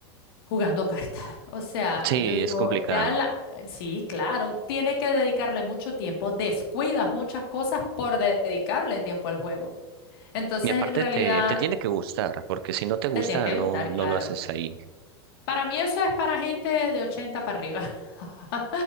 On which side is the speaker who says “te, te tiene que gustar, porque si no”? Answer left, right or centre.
Right